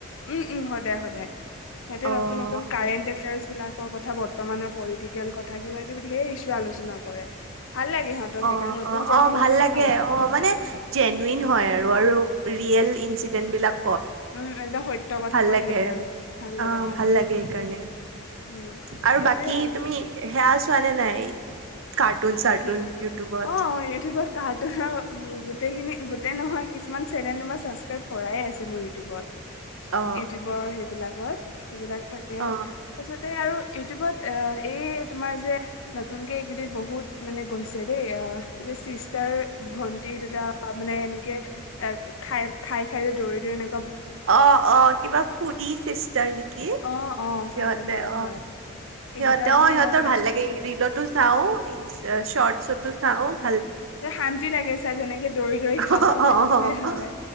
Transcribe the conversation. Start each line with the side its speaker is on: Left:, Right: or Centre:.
Left: উম-উম, সদায়-সদায় ইহতে
Right: অ',
Left: নতুন- নতুন কাৰেণ্ট-এফেয়াৰচ বিলাকৰ কথা বৰ্তমানৰ পলিটিক, কথা কিবা-কিবি সেই ধেৰ ইচু আলোচনা কৰে। ভাল লাগে সিহঁতক
Right: অ'-অ'-অ'
Left: সেইকাৰণে নতুন জেনেৰেশ্যন
Right: ভাল লাগে
Left: ন
Right: অ', মানে- জেনুইন হয়', আৰু -আৰু ৰিয়েল- ইনঞ্চিডেণ্টবিলাক,
Left: উম ', একদম সত্য, কথা
Right: ভাল
Left: কৈ
Right: লাগে,
Left: থাকে আৰু ভাল লাগে
Right: অ', ভাল লাগে, এইকাৰণে
Left: উম
Right: আৰু
Left: সেইটোয়ে
Right: বাকী
Left: আৰু
Right: তুমি সেয়া চোৱা নে নাই, কাৰ্টুন চাৰ্টুন
Left: কি
Right: ইউটিউবত
Left: অ', ইউটিউবত কাৰ্টুন আৰু গোটেইখিনি -গোটেই নহয় কি', কিছুমান চেনেলটো মই ছাবস্ক্ৰাইব কৰাই আছে মোৰ ইউটিউবত।
Right: অ',
Left: ইউটিউবৰ সে, বিলাকত, সেইবিলাক থাকে
Right: অ',
Left: তাৰপিছত, আৰু ইউটিউবত এ', এই তোমাৰ যে, নতুনকে এইকেইদিন বহুত মানে গৈছে দেই অ ', যে ', চিষ্টাৰ- ভন্টি দুতা মানে এনেকে অ', খাই-খাই- খাই যে দৌৰি দৌৰি এ',
Right: অ', অ' কিবা ফুডী-চিষ্টাৰ নেকি
Left: অ অ
Right: সিহঁতে
Left: চাগে হয়
Right: অ',
Left: হয় সেইকেইটা
Right: সিহঁতে
Left: মানে
Right: অ', সিহঁতৰ
Left: বৰ
Right: ভাল লাগে ৰিলতো চাও ইনচ শৰ্টছঅতো, <unintelligible>
Left: যে', শান্তি লাগে চাই যেনেকে দৌৰি-দৌৰি খাব
Right: অ', অ',
Left: চেটিছফাইদ
Right: অ
Left: হয়